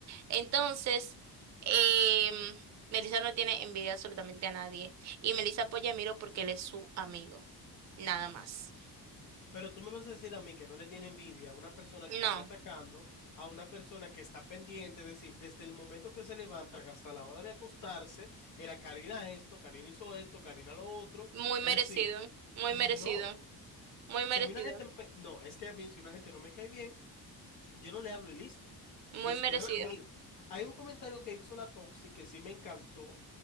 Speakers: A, on the right; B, on the left.
A: Entonces, em, Melissa no tiene envidia absolutamente a nadie. Y Melissa apoya a Miro porque él es su amigo. Nada más.
B: Pero tú me vas a decir a mí que no le tiene envidia a una persona
A: No,
B: que vive atacando, a una persona que está pendiente, es decir, desde el momento que se levantan hasta la hora de acostarse, era Karina esto, Karina hizo esto, Karina lo otro.
A: muy merecido,
B: Es decir,
A: muy
B: no.
A: merecido, muy merecido,
B: Si a mí una gente me... No, es que a mí si una gente no me cae bien, Yo no le hablo y listo.
A: muy
B: Ni siquiera
A: merecido.
B: la miro. Hay un comentario que hizo la Toxi que sí me encantó.